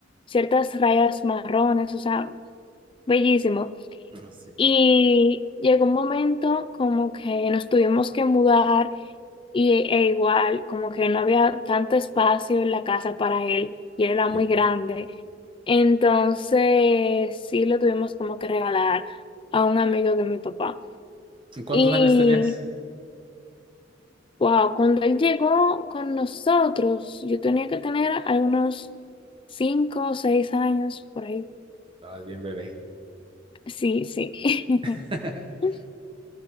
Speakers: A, on the left (about 25°); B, on the right (about 30°).
A: ciertas rayas marrones, o sea, bellísimo.
B: Así
A: Y llegó un momento como que nos tuvimos que mudar y, e igual como que no había tanto espacio en la casa para él y él era muy
B: Sí.
A: grande. Entonces sí lo tuvimos como que regalar a un amigo de mi papá.
B: ¿Y ¿Cuántos
A: Y
B: años tenías?
A: wow, cuando él llegó con nosotros, yo tenía que tener algunos cinco o seis años por ahí.
B: Estabas bien bebé.
A: Sí, sí.
B: <laughs>
A: <laughs>